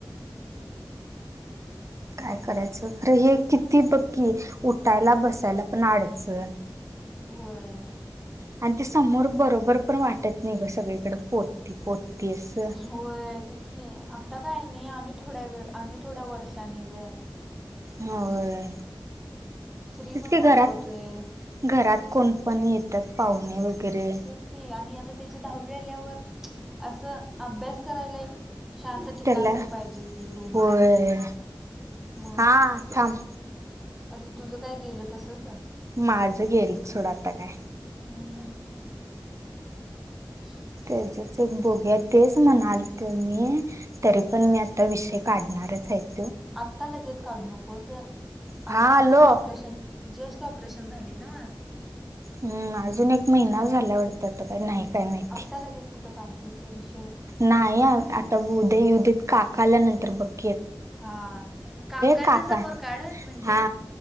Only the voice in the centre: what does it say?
होय!
होय तेच की आता काय नाही, आणि थोड्या वेळ आणि थोड्या वर्षा निग.
श्री
पण मोठा
होतोय
तेच की आणि आता त्याची दहावी आल्यावर, असं अभ्यास करायला एक शांत ठिकाण
तर पाहिजे कि रूम
म.
आता तुझं काय गेलं तसच अ.
हम्म. ह.
आत्ता लगेच काढू नको असं
आत्ता
just operation just operation झाली नव.
त्या लगेच कुठं काढ तिचे विषय
हा काकांच्या
समोर काढ म्हणजे